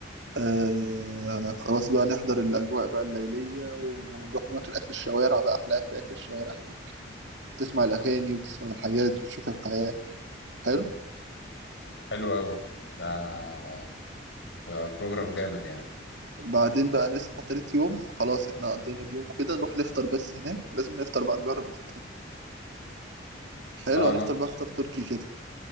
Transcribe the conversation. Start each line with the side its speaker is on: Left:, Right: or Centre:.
Right: آه خلاص بقى نحضر الأجواء بقى الليلية ونروح ناكل أكل الشوارع بقى أحلى أكل أكل الشوارع هناك تسمع الأغاني وتسمع الحاجات وتشوف الحياة حلو
Left: حلو قوي آه ده بروجرام جامد يعني
Right: بعدين بقى نصحى تالت يوم خلاص احنا قضينا اليوم وكده نروح نفطر بس هناك لازم نفطر بقى نجرب الفطار حلو
Left: اه
Right: هنفطر
Left: انا
Right: بقى فطار تركي كده